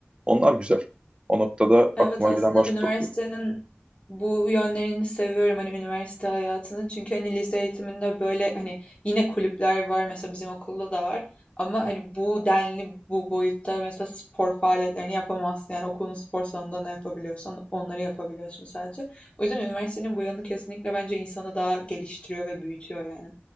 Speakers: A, on the right (about 25°); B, on the left (about 30°).
A: Onlar güzel. O noktada
B: Evet
A: aklıma
B: aslında
A: gelen başka
B: üniversitenin
A: topluluk.
B: bu yönlerini seviyorum hani üniversite hayatını. Çünkü hani lise eğitiminde böyle hani yine kulüpler var mesela bizim okulda da var. Ama hani bu denli bu boyutta mesela spor faaliyetlerini yapamazsın. Yani okulun spor salonunda ne yapabiliyorsan onları yapabiliyorsun sadece. O yüzden üniversitenin bu yanı kesinlikle bence insanı daha geliştiriyor ve büyütüyor yani.